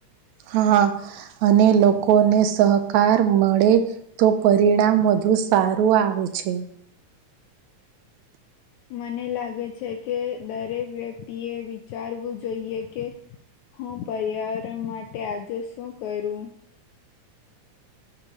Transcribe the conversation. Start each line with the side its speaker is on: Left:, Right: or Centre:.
Right: હા અને લોકોને સહકાર મળે તો પરિણામ વધુ સારું આવે છે. <inaudible>
Left: મને લાગે છે. કે દરેક વ્યક્તિ એ વિચારવું જોઈએ કે હું પર્યાવરણ માટે આજે શું કરું.